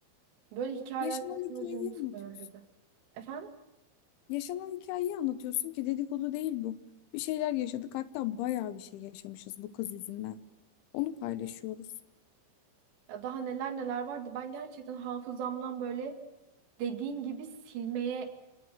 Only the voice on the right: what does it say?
böyle hikayeler
yaşamayı
canımı
sıkmaya başladı. Efendim?
Ya daha neler neler vardı. Ben gerçekten hafızamdan böyle dediğin gibi silmeye